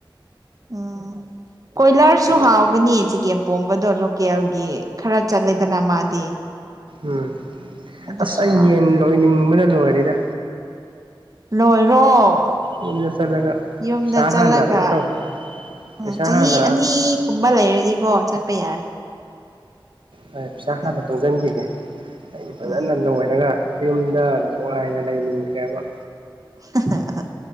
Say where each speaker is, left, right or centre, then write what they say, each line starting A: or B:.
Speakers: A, on the right; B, on the right.
A: ꯎꯝ ꯀꯣꯏꯂꯔꯁꯨ
B: ꯂꯣꯏꯒꯦ
A: ꯍꯥꯎꯒꯅꯤ ꯆꯤꯒꯦꯝ ꯇ‌ꯣꯝꯕꯗꯣ ꯂꯣꯀꯦꯜꯒꯤ ꯈꯔ ꯆꯠꯂꯦꯗꯅ ꯃꯥꯗꯤ
B: ꯎꯝ
A: ꯑꯗꯨꯁꯨ
B: ꯑꯁ ꯑꯩ
A: ꯍꯥꯎꯒꯅꯤ
B: ꯌꯦꯟ ꯂꯣꯏꯅꯤꯡꯕꯅ ꯂꯣꯏꯔꯦꯗ
A: ꯂꯣꯏꯔꯣ
B: ꯌꯨꯝꯗ ꯆꯠꯂꯒ
A: ꯌꯨꯝꯗ
B: ꯄꯩꯁꯥ
A: ꯆꯠꯂꯒ
B: ꯍꯥꯟꯅ ꯀꯩꯅ‌ꯣ ꯇꯧ
A: ꯎꯝ
B: ꯄꯩꯁꯥ
A: ꯆꯍꯤ
B: ꯍꯥꯟꯅ
A: ꯑꯅꯤꯒꯨꯝꯕ ꯂꯩꯔꯗꯤꯀꯣ ꯆꯠꯄ ꯌꯥꯔꯦ
B: ꯍꯣꯏ ꯄꯩꯁꯥ
A: ꯑꯗꯨꯗ
B: ꯍꯥꯟꯅ ꯇꯨꯡꯖꯤꯟꯈꯤꯒꯦ ꯑꯩꯗꯤ ꯐꯖꯅ
A: ꯎꯝ
B: ꯂꯣꯏꯔꯒ ꯌꯨꯝꯗ ꯅꯨꯡꯉꯥꯏꯅ ꯂꯩꯅꯤꯡꯈ꯭ꯔꯦꯕ
A: <unintelligible>